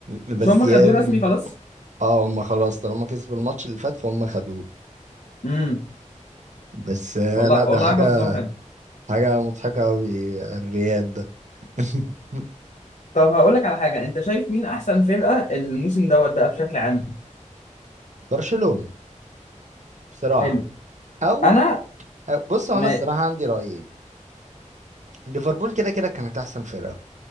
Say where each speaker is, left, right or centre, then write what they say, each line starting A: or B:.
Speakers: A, on the right (about 65°); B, on the left (about 65°).
A: بس
B: مش هم
A: يعني
B: خدوه رسمي خلاص
A: اه هم خلاص طالما كسبوا الماتش اللي فات فهم خدوه
B: امم
A: بس آه،
B: والله
A: لا ده
B: والله
A: حاجة
B: حظهم حلو
A: حاجة مضحكة قوي الريال ده <laughs>
B: طب هقول لك على حاجة انت شايف مين احسن فرقة الموسم دوت بقى بشكل عام
A: برشلونة بصراحة
B: حلو
A: او
B: انا
A: أو- بص هو
B: ما
A: انا الصراحه عندي رايين ليفربول كده كده كانت احسن فرقه